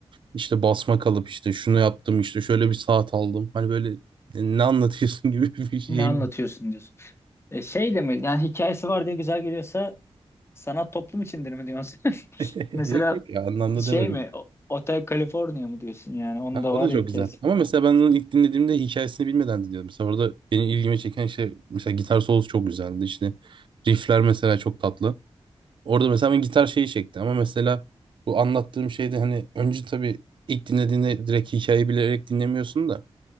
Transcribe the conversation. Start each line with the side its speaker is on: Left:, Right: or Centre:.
Right: işte basma kalıp işte şunu yaptım işte şöyle bir saat aldım hani böyle e, ne anlatıyorsun <laughs> gibi bir şeyim
Left: Ne anlatıyorsun diyorsun. E, şey de mi? Yani hikayesi var diye güzel geliyorsa sanat toplum içindir mi diyorsun? <laughs>
Right: <laughs>
Left: Mesela
Right: yok yok ya anlamda
Left: şey
Right: demedim.
Left: mi? O- Hotel California mı diyorsun yani? Onun
Right: Ha,
Left: da
Right: o
Left: var
Right: da
Left: ya
Right: çok
Left: hikayesi
Right: güzel
Left: falan.
Right: ama mesela ben onu ilk dinlediğimde hikayesini bilmeden dinliyordum mesela orada benim ilgimi çeken şey mesela gitar solosu çok güzeldi işte riffler mesela çok tatlı. Orada mesela ben gitar şeyi çekti ama mesela bu anlattığım şeyde hani önce tabii ilk dinlediğinde direkt hikayeyi bilerek dinlemiyorsun da